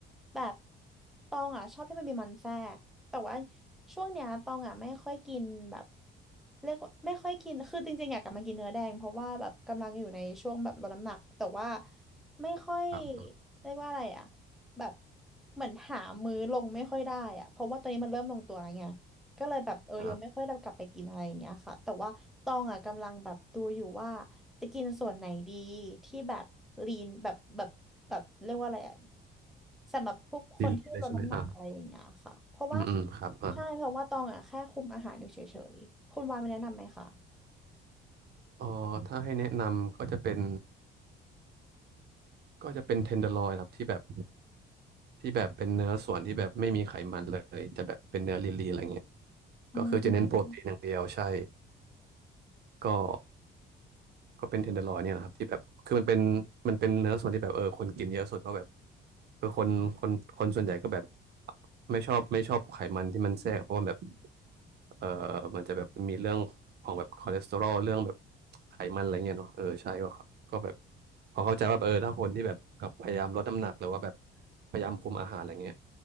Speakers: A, in the centre; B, on the right.
A: แบบตองอ่ะชอบที่มันมีมันแทรกแต่ว่าช่วงเนี้ยตองอ่ะไม่ค่อยกินแบบเรียกว่าไม่ค่อยกินคือจริงๆอยากกลับมากินเนื้อแดงเพราะว่าแบบกำลังอยู่ในช่วงแบบลดน้ำหนักแต่ว่าไม่ค่อย
B: ครับ
A: เรียกว่าอะไรอ่ะแบบเหมือนหามื้อลงไม่ค่อยได้อ่ะเพราะว่าตอนนี้มันเริ่มลงตัวแล้วไง ก็เลยแบบเออยังไม่ค่อยได้กลับไปกินอะไรอย่างเงี้ยค่ะแต่ว่าตองอ่ะกำลังแบบดูอยู่ว่า
B: อ่า
A: จะกินส่วนไหนดีที่แบบลีนแบบแบบแบบเรียกว่าอะไรอ่ะสำหรับพวกคนที่ลดน้ำหนักอะไรอย่างเงี้ยค่ะเพราะว่า
B: ลีลีเลยใช่ไหมอ่าอืมอืมครับอ่า
A: ใช่เพราะว่าตองอ่ะแค่คุมอาหารอยู่เฉยๆคุณวายมีแนะนำไหมคะ
B: เออถ้าให้แนะนำก็จะเป็นก็จะเป็นเทนเดอร์ลอยครับที่แบบที่แบบเป็นเนื้อส่วนที่แบบไม่มีไขมันเลยจะแบบเป็นเนื้อลีนๆอะไรเงี้ย
A: อืม
B: ก็คือจะเน้นโปรตีนอย่างเดียวใช่ก็ ก็เป็นเทนเดอร์ลอยเนี่ยแหละครับที่แบบคือมันเป็นมันเป็นเนื้อส่วนที่แบบเออคนกินเยอะสุดเพราะแบบเออคนคนคนส่วนใหญ่ก็แบบไม่ชอบไม่ชอบไขมันที่มันแทรกเพราะว่าแบบเออมันจะแบบมีเรื่องของแบบคอเลสเตอรอลเรื่องแบบไขมันอะไรเงี้ยเนาะเออใช่ก็ครับก็แบบพอเข้าใจว่าเออถ้าคนที่แบบพยายามลดน้ำหนักหรือว่าแบบพยายามคุมอาหารอะไรเงี้ย